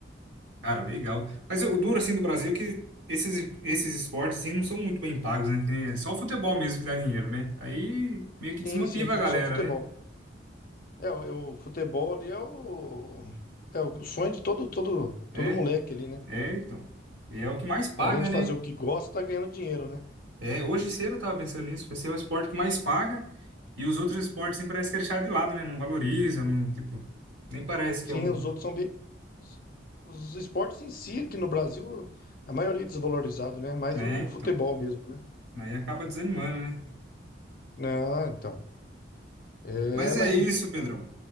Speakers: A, on the right; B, on the left.
A: Cara, legal. Mas o o duro, assim, do Brasil é que esses, esses esportes, assim, não são muito bem pagos, né? Que nem- É só o futebol mesmo que dá dinheiro, né? Aí meio
B: Sim,
A: que desmotiva
B: sim, fut-
A: a galera,
B: só futebol.
A: né?
B: É, o, o futebol ali é o, é o sonho de todo, todo,
A: É,
B: todo moleque ali, né?
A: é, então. E é o que mais paga,
B: Além de
A: né?
B: fazer o que gosta, tá ganhando dinheiro, né?
A: É, hoje cedo eu tava pensando nisso. Vai ser o esporte que mais paga e os outros esportes, assim, parece que é deixado de lado, né? Não valoriza, não, tipo, nem parece que
B: Sim,
A: é um...
B: os outros são bem. Os, os esportes em si, aqui no Brasil, a maioria é desvalorizado, né? Mais
A: É,
B: o
A: então.
B: futebol mesmo, né?
A: Aí acaba desanimando, né?
B: Não, então. É,
A: Mas é
B: mas
A: isso,
B: em-
A: Pedrão.